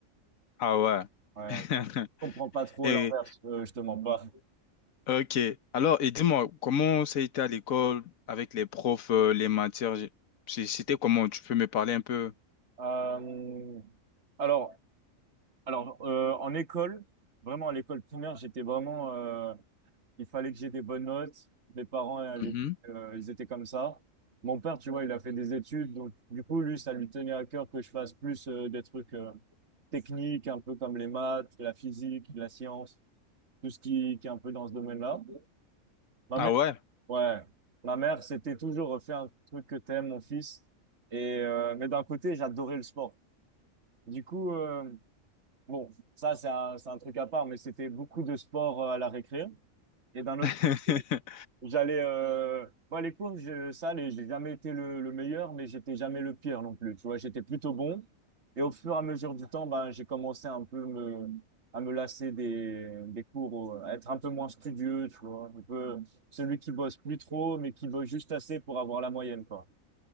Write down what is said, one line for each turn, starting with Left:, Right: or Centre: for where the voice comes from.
Left: Ah ouais.
Right: Ouais.
Left: <laughs>
Right: Je comprends pas trop
Left: Et
Right: l'inverse, euh, je te mens pas.
Left: Ok. Alors, et dis-moi, comment ça a été à l'école avec les profs, euh, les matières? j'ai- c'est- C'était comment? Tu peux me parler un peu?
Right: Euh, alors, alors euh, en école, vraiment à l'école primaire, j'étais vraiment, euh, Il fallait que j'ai des bonnes notes. Mes parents, à l'époque,
Left: Mhm.
Right: euh, ils étaient comme ça. Mon père, tu vois, il a fait des études. Donc, du coup, lui, ça lui tenait à cœur que je fasse plus euh, des trucs euh, techniques, un peu comme les maths, la physique, la science, tout ce qui, qui est un peu dans ce domaine-là. Ma
Left: Ah
Right: mère,
Left: ouais.
Right: ouais, ma mère, c'était toujours euh, fais un truc que t'aimes, mon fils. Et, euh, mais d'un côté, j'adorais le sport. Du coup, euh, bon, ça, c'est un, c'est un truc à part, mais c'était beaucoup de sport euh, à la récré. Et d'un autre
Left: <laughs>
Right: J'allais, euh... bah, les cours, je, ça, les- j'ai jamais été le, le meilleur, mais j'étais jamais le pire non plus. Tu vois, j'étais plutôt bon. Et au fur et à mesure du temps, bah, j'ai commencé un peu me, à me lasser des, des cours, euh, à être un peu moins studieux, tu vois. Un peu celui qui bosse plus trop, mais qui bosse juste assez pour avoir la moyenne, quoi.